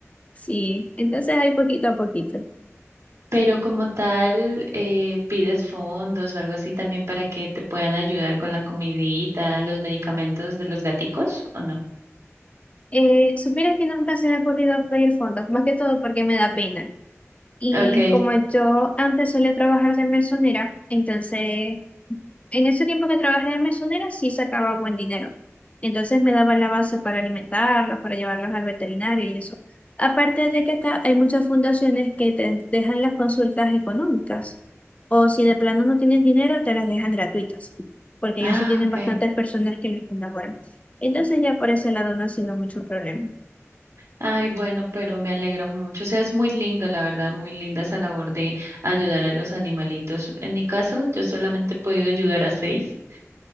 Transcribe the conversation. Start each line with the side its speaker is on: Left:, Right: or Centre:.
Left: sí, entonces hay poquito a poquito.
Right: Pero como tal, eh, pides fondos o algo así también para que te puedan ayudar con la comidita, los medicamentos de los gaticos, ¿o no?
Left: Eh, supieras que nunca se me ha ocurrido pedir fondos, más que todo porque me da pena. Y
Right: Okay.
Left: como yo antes solía trabajar de mesonera, entonces En ese tiempo que trabajé de mesonera sí sacaba buen dinero. Entonces me daba la base para alimentarlos, para llevarlos al veterinario y eso. Aparte de que está, hay muchas fundaciones que te dejan las consultas económicas. O si de plano no tienes dinero, te las dejan gratuitas. Porque
Right: Ah,
Left: ellos sí tienen
Right: okay.
Left: bastantes personas que les colaboran. Entonces ya por ese lado no ha sido mucho problema.
Right: Ay, bueno, pero me alegra mucho. O sea, es muy lindo, la verdad, muy linda esa labor de ayudar a los animalitos. En mi caso, yo solamente he podido ayudar a seis,